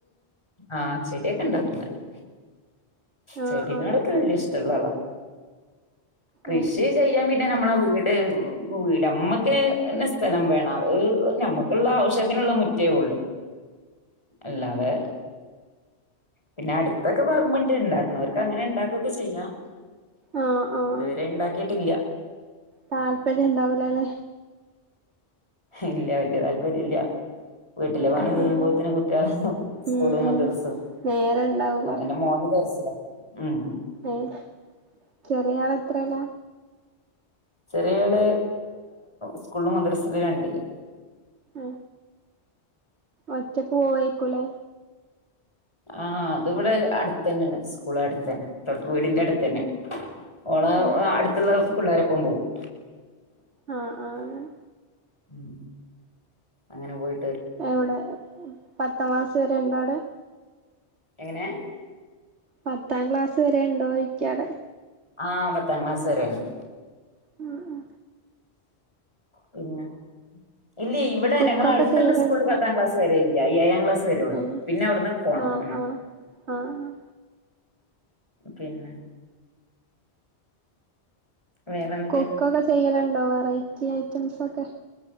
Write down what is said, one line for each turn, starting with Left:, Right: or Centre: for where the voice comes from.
Left: ആഹ ചെടിയൊക്കെ ഇണ്ടാക്കും നല്ലോണം
Right: ആഹ്
Left: ചെടി
Right: ആഹ്
Left: നടൊക്കെ
Right: അങ്ങനെ
Left: വല്യ ഇഷ്ടമുള്ള ആള കൃഷി
Right: ഏഹ്
Left: ചെയ്യാൻ പിന്നെ നമ്മളെ വീട് ഉ വീട്മ്മ ക്ക്സ്ഥലം വേണം അത് നമ്മുക്കുള്ള ആവശ്യത്തിനുള്ള മുറ്റേ ഉള്ളു അല്ലാതെ പിന്നെ അടുത്തൊക്കെ പറമ്പ്ണ്ട് ഇണ്ടാക്ക്ണോർക്ക് അങ്ങനെ ഇണ്ടാക്കൊക്കെ ചെയ്യാം
Right: ആഹ് ആഹ്
Left: ഇതുവരെ ഇണ്ടാക്കിട്ടില്ല
Right: താല്പര്യം ഇണ്ടാവൂലാല്ലേ
Left: ഇല്ല വല്യ താല്പര്യ ഇല്യ വീട്ടിലെ
Right: ആഹ്
Left: പണി കഴിയുമ്പോത്തിനും
Right: ആഹ്
Left: കുട്യാളെ സ്കൂളും
Right: ഉം
Left: മദ്രസും
Right: ഉം നേരം ഇണ്ടാവൂല
Left: ആ എന്റെ മോന് ദർസ് ലാ ഉം
Right: ഏഹ് ചെറിയ ആള് എത്രേലാ
Left: ചെറിയ കുട്യാള് സ്കൂളും മദ്രസ്ലും രണ്ടില്
Right: ആ ഒറ്റക്ക് പോവയിക്കൂലേ
Left: ആ അത് വടെ അടുത്തന്നെണ് സ്കൂൾ അടുത്തന്നെ വീടിന്റെ അടുത്തന്നെ
Right: ഏഹ്
Left: ഓളെ
Right: ഏഹ്
Left: അട്ത്ത്ള്ള പിള്ളേരെപ്പം പോവും
Right: ആ ആ
Left: ഉം അങ്ങനെ പോയി
Right: അവിടെ പത്താം ക്ലാസ് വരെ ഇണ്ടാ അവിടെ
Left: എങ്ങനെ
Right: പത്താം ക്ലാസ് വരെ ഇണ്ടോയ്ക്കാടെ
Left: ആ പത്താം ക്ലാസ് വരെ ഇണ്ട്
Right: ഉം ഉം
Left: പിന്നെ ഇല്യ ഇവടെ
Right: കുക്കൊക്കെ
Left: ഞങ്ങടെ അടുത്തുള്ള
Right: ചെയ്യലുണ്ടോ
Left: സ്കൂള്ള് പത്താം ക്ലാസ് വരെ ല്യാ ഏഴാക്ലാസ് വരെള്ളൂ
Right: ഏഹ്
Left: പിന്നെ അവ്ട്ന്നാണ്ട് പോണം
Right: ആഹ്
Left: ഉം
Right: ആഹ് ആഹ്
Left: പിന്നെ വേറെന്തൊക്കെ
Right: കുക്കൊക്കെ ചെയ്യല്ണ്ടോ വെറൈറ്റി ഐറ്റംസൊക്കെ